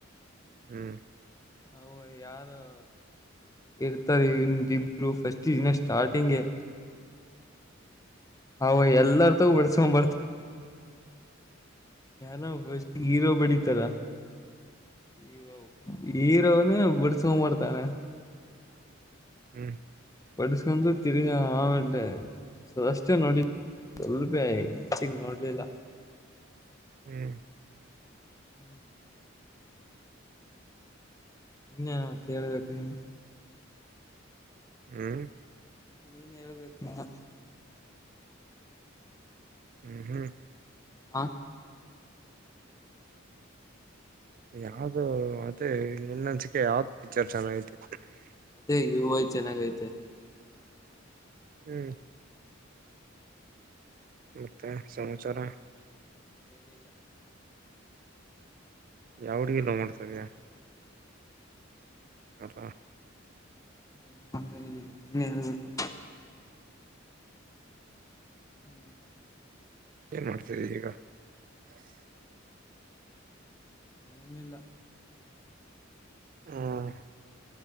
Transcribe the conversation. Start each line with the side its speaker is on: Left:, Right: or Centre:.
Right: ಹ್ಮ್.
Left: ಅವ ಯಾರೋ. ಇರ್ತಾರೆ ಇಂದಿಬ್ರು ಫಸ್ಟಗೆ ಇನ್ನ ಸ್ಟಾರ್ಟಿಂಗೆ. ಅವ ಎಲ್ಲಾರ ಹತ್ತಿರ ಬಿಡಸಕೊಂಡು ಬರ್ತನ. ಯಾರೋ ಫಸ್ಟ್ ಗೆ ಹೀರೋ ಬಡಿತಾರ. ಇವ ಹೀರೊವನೇ ಬಿಡಸಕೊಂಡು ಬರ್ತಾನೆ.
Right: ಹ್ಮ್.
Left: ಬಡಸಕೊಂಡು ತಿಳಗ ಆಮೇಲೆ ಸದಷ್ಟೇ ನೋಡಿ. ಸ್ವಲ್ಪೆ ಹೆಚ್ಚಿಗೆ ನೋಡಲಿಲ್ಲ.
Right: ಹ್ಮ್.
Left: ಹ್ಮ್. ಇನ್ನ ಏನ ಮತ ಹೇಳಬೇಕು ನೀ.
Right: ಹ್ಮ್.
Left: ನೀನ್ ಹೇಳಬೇಕು ಇನ್ನ.
Right: ಹ್ಮ್ ಹ್ಮ್.
Left: ಹಂ.
Right: ಯಾವದ ಮತ್ತೇ ನಿನ್ನ ಅನ್ಸಿಕೆ ಯಾವದ ಪಿಕ್ಚರ್ ಚೆನ್ನಾಗೈತಿ.
Left: ಅದೇ ಯು ಐ ಚೆನ್ನಾಗೈತೆ
Right: ಹ್ಮ್. ಮತ್ತೆ ಸಮಾಚಾರ.
Left: ಏನಿಲ್ಲ
Right: ಯಾವ ಹುಡುಗಿನ ಲವ್ ಮಾಡುತ ಇದೀಯಾ. ಇಲ್ಲಪ.
Left: ಏನ ಮಾಡುತ್ತಾ ಇದೀರಿ ನೀನೇ ಹೇಳಬೇಕು. ಹ್ಮ್.
Right: ಏನ್ ಮಾಡತಾ ಇದೀರಿ ಈಗ.
Left: ಏನಿಲ್ಲ.
Right: ಹ್ಮ್